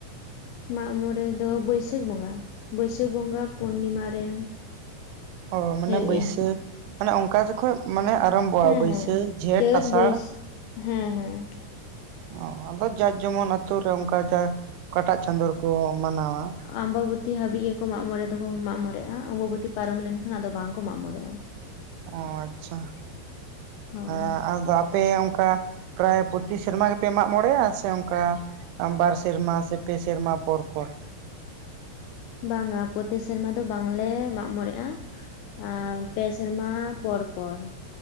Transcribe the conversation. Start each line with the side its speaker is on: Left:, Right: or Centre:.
Left: ᱢᱟᱜ ᱢᱚᱬᱮ ᱫᱚ ᱵᱟᱹᱭᱥᱟᱹᱠᱷ ᱵᱚᱸᱜᱟ ᱵᱟᱹᱭᱥᱟᱹᱠᱷ ᱵᱚᱸᱜᱟ ᱯᱩᱨᱱᱤᱢᱟ ᱨᱮ᱾
Right: ᱦᱚᱭ᱾ ᱢᱟᱱᱮ
Left: ᱦᱩᱭᱩᱜ
Right: ᱵᱟᱹᱭᱥᱟᱹᱠᱷ
Left: ᱜᱮᱭᱟ
Right: ᱢᱟᱱᱮ ᱚᱱᱠᱟ ᱡᱚᱠᱷᱚᱱ ᱢᱟᱱᱮ ᱟᱨᱟᱢᱵᱚᱜᱼᱟ
Left: ᱦᱮᱸ
Right: ᱵᱟᱹᱭᱥᱟᱹᱠᱷ
Left: ᱦᱮᱸ
Right: ᱡᱷᱮᱸᱴ
Left: ᱪᱟᱹᱛ
Right: ᱟᱥᱟᱲ
Left: ᱵᱟᱹᱭᱥᱟᱹᱠᱷ ᱦᱮᱸ ᱦᱮᱸ᱾
Right: <unintelligible> ᱟᱫᱚ ᱡᱟᱨ ᱡᱮᱢᱚᱱ ᱟᱛᱳ ᱨᱮ ᱚᱱᱠᱟ <unintelligible> ᱚᱠᱟᱴᱟᱜ ᱪᱟᱸᱫᱚ ᱨᱮ ᱠᱚ ᱢᱟᱱᱟᱣᱟ
Left: ᱟᱢᱵᱟᱵᱛᱤ ᱦᱟᱹᱵᱤᱡ ᱜᱮᱠᱚ ᱢᱟᱜᱽ ᱢᱚᱬᱮ ᱫᱚᱠᱚ ᱢᱟᱜ ᱢᱚᱸᱬᱮᱜᱼᱟ᱾ ᱟᱢᱵᱟᱵ ᱚᱛᱤ ᱯᱟᱨᱚᱢ ᱞᱮᱱᱠᱷᱟᱱ ᱟᱫᱚ ᱵᱟᱝᱠᱚ ᱢᱟᱜᱽ ᱢᱚᱸᱲᱮᱜᱼᱟ᱾
Right: ᱚ ᱟᱪᱪᱷᱟ ᱾
Left: ᱦᱳᱭ
Right: ᱦᱮᱸ ᱟᱫᱚ ᱟᱯᱮ ᱚᱱᱠᱟ ᱯᱨᱟᱭ ᱯᱨᱚᱛᱤ ᱥᱮᱨᱢᱟ ᱜᱮᱯᱮ ᱢᱟᱜ ᱢᱚᱸᱬᱮᱜᱼᱟ ᱥᱮ ᱚᱱᱠᱟ ᱵᱟᱨ ᱥᱮᱨᱢᱟ ᱥᱮ ᱯᱮ ᱥᱮᱨᱢᱟ ᱯᱚᱨ ᱯᱚᱨ
Left: ᱵᱟᱝᱼᱟ ᱯᱨᱚᱛᱤ ᱥᱮᱨᱢᱟ ᱫᱚ ᱵᱟᱝᱞᱮ ᱢᱟᱜ ᱢᱚᱸᱬᱮᱜᱼᱟ᱾ <unintelligible> ᱯᱮ ᱥᱮᱨᱢᱟ ᱯᱚᱨᱯᱚᱨ᱾